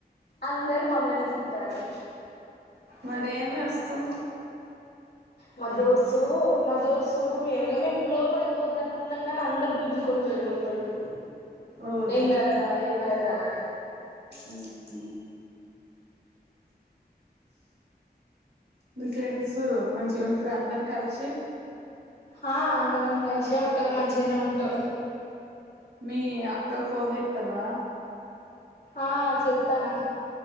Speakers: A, on the left (about 70°); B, on the right (about 85°).
A: అందరు మమలునే చుతారు
B: మరేను వస్తుం
A: మ దోసు మదో సు మేము లోపలి పోవద్దునుకునం గాని అందరు గుంజుకొని పోయిరు లోపలికి
B: ఊర్ని
A: ఎం కాదు ర ఎం కాదు ర అని
B: ఊఉ మీ ఫ్రెండ్స్ మంచిగా ఉంటారు అందరు కలిసి
A: ఆ అందరం కలిసే ఉంటాం మంచిగానే ఉంటాం
B: మీ అక్కకు ఫోన్ చెబూతున్నావా
A: ఆ చెస్తానా